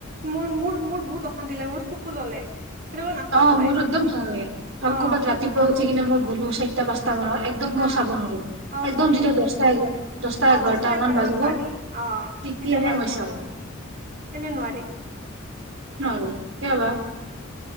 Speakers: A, on the right; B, on the right.
A: মোৰ-মোৰ-মোৰ বহুত অশান্তি লাগে, মোৰ চকু জ্বলে। সেইটো কাৰণে নাচাও
B: অ,
A: মই
B: মোৰো একদম ভাল নালাগে, আৰু
A: অ
B: ক'বাত ৰাতিপুৱা উঠি কিনে মোৰ হব, চাইটা-পাঁচ <unintelligible> একদম
A: হা
B: মই চাব নোৱাৰো,
A: অ
B: একদম
A: মইও নৰো
B: যেতিয়া দহটা-দহটা,
A: অ
B: এঘাৰটা
A: দহটা
B: মান বাজিব,
A: মানত পাৰি অ
B: তেতিয়াহে
A: তেতিয়া পাৰো
B: মই
A: মইও
B: চাওঁ,
A: এনে নোৱাৰি
B: নোৱাৰো কিয়বা।